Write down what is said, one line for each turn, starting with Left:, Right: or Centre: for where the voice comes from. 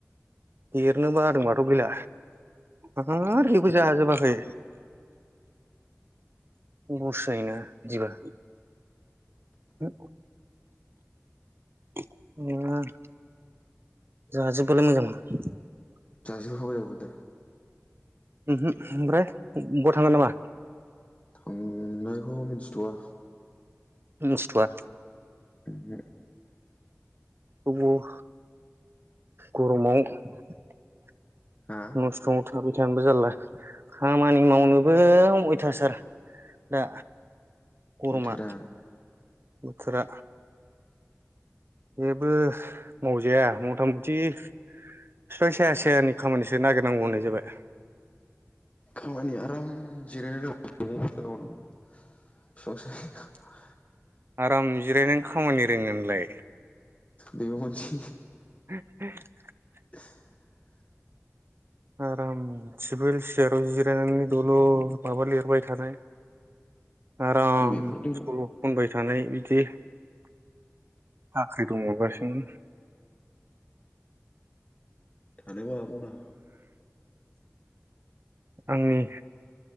Right: देरनो बादोंबाथ' गैला आरो। जाजोबाखै बसायोना बिदिबा। हो। <unintelligible> जोंहा <unintelligible>
Left: जाजोब <unintelligible>
Right: ओहो ओमफ्राय <unintelligible> थांगोन नामा
Left: थांनायखौ मिथिथवा
Right: मिथिथआ
Left: ओहो
Right: औब गरमाव <unintelligible>
Left: हा
Right: थाबाय थानोबो जारला खामानि मावनोबो अयथासार दा गरमा
Left: बोथोरा
Right: बोथोरा जेबो मावजाया मथा मथि फिफां साया सायानि खामानिसो नागिरनांगौ होननाय जाबाय ।
Left: खामानि आराम जिरायनानै बिफां सायायाव ।
Right: आराम जिरायनो खामानि रोङोनलाय ।
Left: बेबो मोनसे
Right: <unintelligible>
Left: <unintelligible>
Right: आराम सिभिल सियाराव जिरायनानै दलद माबा लिरबाय थानाय । आराम
Left: बेफोरजों
Right: सल खनबाय थानाय बिदि साख्रि दं मोनबासोमोन
Left: थानोबो हागौना ।
Right: आंनि